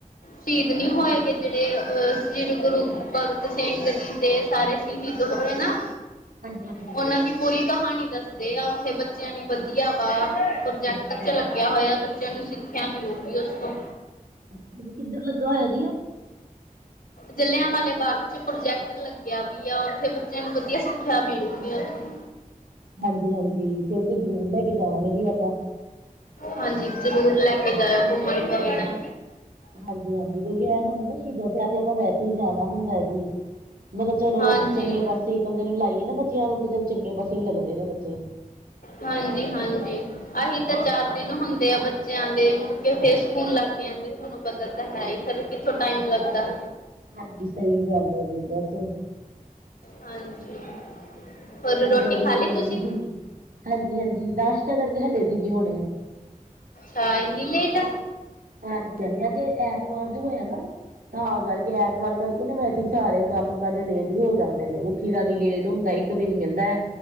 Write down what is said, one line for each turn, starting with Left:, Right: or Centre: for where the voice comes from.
Left: ਸ਼ਹੀਦ ਨਹੀਂ
Right: ਅੱਛਾ
Left: ਹੋਏਗੇ
Right: ਜੀ ਅੱਛਾ,
Left: ਜਿਹੜੇ ਅ ਸ੍ਰੀ ਗੁਰੂ ਭਗਤ ਸਿੰਘ ਜੀ ਤੇ ਸਾਰੇ। ਸ਼ਹੀਦ ਹੋਏ ਨਾ
Right: ਹਾਂਜੀ ਹਾਂਜੀ
Left: ਉਹਨਾਂ ਦੀ। ਪੂਰੀ ਕਹਾਣੀ ਦੱਸਦੇ ਆ ਉੱਥੇ ਬੱਚਿਆਂ ਲਈ ਵਧੀਆ ਵਾ ਪ੍ਰੋਜੈਕਟ
Right: ਅੱਛਾ
Left: 'ਚ
Right: ਜੀ
Left: ਲੱਗਿਆ ਹੋਇਆ। ਬੱਚਿਆਂ ਨੂੰ ਸਿੱਖਿਆ ਮਿਲੂਗੀ ਉਸ ਤੋਂ।
Right: ਅੱਛਾ ਜੀ ਕਿੱਧਰ ਲੱਗਾ ਹੋਇਆ ਜੀ ਆ।
Left: ਜਲਿਆਂਵਾਲੇ ਬਾਗ 'ਚ ਪ੍ਰੋਜੈਕਟ ਲੱਗਿਆ ਵੀ ਆ ਉੱਥੇ ਬੱਚਿਆਂ ਨੂੰ ਵਧੀਆ ਸਿੱਖਿਆ ਮਿਲੂਗੀ ਉੱਥੋਂ।
Right: ਹਾਂਜੀ ਹਾਂਜੀ ਫਿਰ ਤੇ ਜ਼ਰੂਰ ਲੈ ਕੇ ਜਾਵਾਂਗੇ ਜੀ ਆਪਾਂ।
Left: ਹਾਂਜੀ ਜ਼ਰੂਰ ਲੈ ਕੇ ਜਾਇਓ ਘੁੰਮਣ ਕੋਈ ਨਾ।
Right: ਹਾਂਜੀ ਹਾਂਜੀ ਕਿਉਂਕਿ ਐ ਹੁੰਦਾ ਨਾ ਸ਼ਹੀਦਾਂ ਸਾਹਿਬ ਤਾਂ ਆਪਾਂ ਵੈਸੇ ਹੀ ਜਾਣਾ ਹੁੰਦਾ। ਹੂੰ ਮਤਲਬ ਚਲੋ
Left: ਹਾਂਜੀ
Right: ਚੰਗੇ ਪਾਸੇ ਬੰਦੇ ਨੂੰ ਲਾਈਏ ਨਾ ਬੱਚਿਆਂ ਨੂੰ। ਫਿਰ ਚੰਗੇ ਪਾਸੇ ਹੀ ਲੱਗਦੇ ਨੇ ਬੱਚੇ।
Left: ਹਾਂਜੀ ਹਾਂਜੀ ਅਸੀ ਤਾਂ
Right: ਹਾਂਜੀ
Left: ਚਾਰ ਦਿਨ ਹੁੰਦੇ ਆ ਬੇ ਜਾਂਦੇ ਮੁੜਕੇ ਫਿਰ ਸਕੂਲ ਲੱਗ ਜਾਂਦੇ ਤੁਹਾਨੂੰ ਪਤਾ
Right: ਹਾਂਜੀ
Left: ਤਾਂ ਹੈ ਫਿਰ ਕਿੱਥੋਂ ਟਾਈਮ ਲੱਗਦਾ
Right: ਹਾਂਜੀ ਸਹੀ ਗੱਲ ਹੈ ਜੀ ਬਸ
Left: ਹਾਂਜੀ ਹੋਰ ਰੋਟੀ
Right: ਗਰਮੀ
Left: ਖਾ ਲਈ
Right: ਵੀ ਇੰਨੀ
Left: ਤੁਸੀਂ
Right: ਹੁੰਦੀ ਹਾਂਜੀ ਹਾਂਜੀ ਨਾਸ਼ਤਾਂ ਕਰਕੇ ਹਟੇ ਸੀ ਵੀ ਹੁਣੇ
Left: ਹਾਂ ਇਨੀ ਲੇਟ।
Right: ਹਾਂਜੀ ਹਾਂਜੀ ਹਜੇ ਐਤਵਾਰ ਜੇ ਹੋਇਆ ਨਾ। ਤਾਂ ਕਰਕੇ ਐਤਵਾਰ ਕਰਕੇ ਨਾ ਵੈਸੇ ਸਾਰੇ ਕੰਮ ਕਾਜ ਲੇਟ ਹੀ ਹੋ ਜਾਂਦੇ ਨੇ ਉੱਠੀ ਦਾ ਵੀ ਲੇਟ ਹੁੰਦਾ ਹੈ। ਇੱਕ ਦਿਨ ਮਿਲਦਾ ਹੈ।